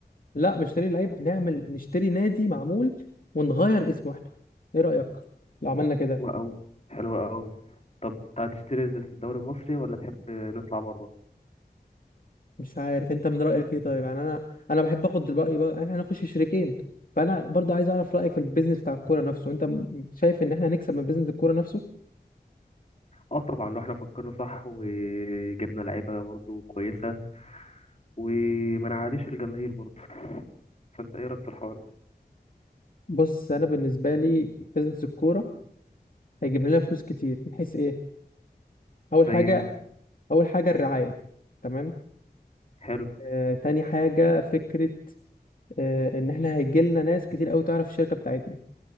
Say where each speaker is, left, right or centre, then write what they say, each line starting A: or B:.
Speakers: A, on the left; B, on the left.
A: لا مش نشتري لعيب نعمل نشتري نادي معمول ونغير اسمه احنا ايه رايك لو عملنا كده
B: حلوه قوي حلوه قوي طب تعال تشتري في الدوري المصري ولا تحب نطلع بره
A: مش عارف انت من رايك ايه طيب يعني انا انا بحب اخد الراي بقى احنا هنخش شريكين فانا برضو عايز اعرف رايك في البيزنس بتاع الكوره نفسه انت م- شايف ان احنا هنكسب من بيزنس الكوره نفسه
B: اه طبعا لو احنا فكرنا صح وجبنا لعيبه برضو كويسه وما نعاديش الجماهير برضو فانت ايه رايك في الحوار ده
A: بص انا بالنسبه لي بيزنس الكوره هيجيب لنا فلوس كتير من حيث ايه اول
B: زي
A: حاجه
B: ايه مثلا
A: اول حاجه الرعايه تمام
B: حلو
A: آه، تاني حاجة فكرة آه، إن إحنا هيجي لنا ناس كتير أوي تعرف الشركة بتاعتنا